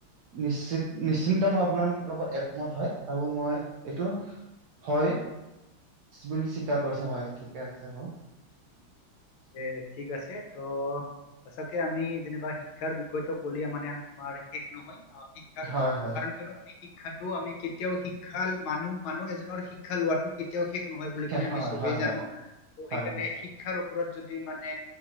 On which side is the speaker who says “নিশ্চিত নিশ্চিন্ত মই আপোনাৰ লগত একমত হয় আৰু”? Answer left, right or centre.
Right